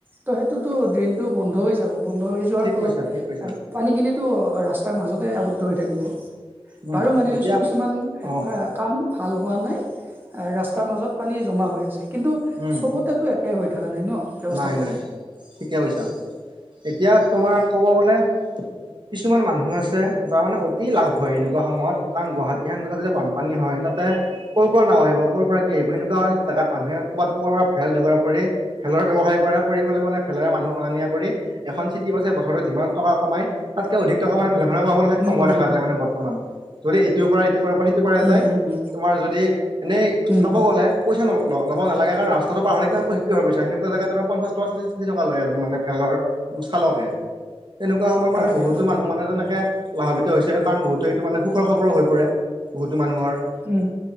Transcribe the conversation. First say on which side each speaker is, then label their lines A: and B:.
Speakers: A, on the right (about 20°); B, on the right (about 45°).
A: তো সেইটোতো ড্ৰেইনটো বন্ধ হৈ যাব। বন্ধ হৈ যোৱাৰ
B: ঠিক
A: ফলত
B: কৈছা ঠিক কৈছা
A: পানীখিনিতো ৰাস্তাৰ মাজতে আৱদ্ধ হৈ থাকিব।
B: উম
A: বাৰু মানি
B: এতিয়া
A: লৈছো কিছুমান
B: অ
A: কাম ভাল হোৱা নাই ৰাস্তাৰ মাজত পানী জমা হৈ আছে কিন্তু
B: উম
A: চবতো এক একে হৈ থকা নাই ন, ব্যৱস্থাটো।
B: নাই নাই ঠিকে কৈছা এতিয়া তোমাৰ ক'ব গ'লে কিছুমান মানুহ আছে যাৰ মানে অতি লাভ হয় এনেকুৱা সময়ত কাৰণ গুৱাহাটী এানগাত যেতিয়া বান পানী হয় তাতে। ক'ৰ পৰা না আহিব ক'ৰ পৰা কি আহিব সেনেকুৱা জোগাত মানুহে ক'ৰবাত ক'ৰব পৰা ভেল যোগাৰ কৰি খেলৰ ব্যৱসায় কৰে কৰি পেলাই মানে ফেলেৰে মানুহ অনা, নিয়া কৰি এখন চিটি বাছে, বছৰতো যিমান টকা কমাই তাতকে অধিক টকা মানে ফেলখননে কমাবলৈ সক্ষমো
A: উম উম
B: হোৱা দেখা যায় মানে বৰ্তমান যদি ইটোৰ পৰা ইটোৰ পৰা সিটোৰ পৰা
A: উম
B: যায়
A: উম উম
B: তোমাৰ যদি এনেই
A: উম
B: চাব গ'লে পইচা ল'ব নালাগে কাৰণ ৰাস্তাটো পাহৰি কি সেনেকুৱা জাগাত ত, পঞ্চাশ ট, ষাঠি টকা লয় এজন মানে ভেলৰ চালকে। তেনেকুৱা সময়ত
A: তাকেতো
B: মানে বহুতো মানুহ মানে তেনেকে লাভাৱিত হৈছে কাৰণ বহুতো এইটো মানে সুখৰ খবৰো হৈ পৰে। বহুতো মানুহৰ
A: উম